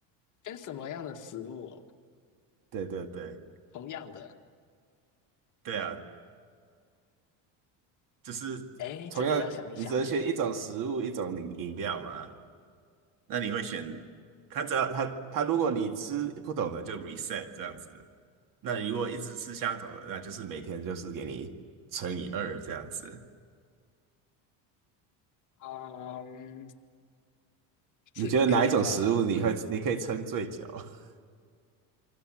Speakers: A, on the left; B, on the right.
A: 跟什么样的食物哦？
B: 对对对，
A: 同样的，
B: 对啊，就是同样，
A: 哎，这个要想一想，
B: 你只能选一种食物，
A: 哎，
B: 一种饮饮料嘛。那你会选它？只要它它，如果你吃不懂的就 reset 这样子。那如果一直吃相同的，那就是每天就是给你乘以二这样子。
A: 嗯，这个吧，
B: 你觉得哪一种食物你会你可以撑最久？<laughs>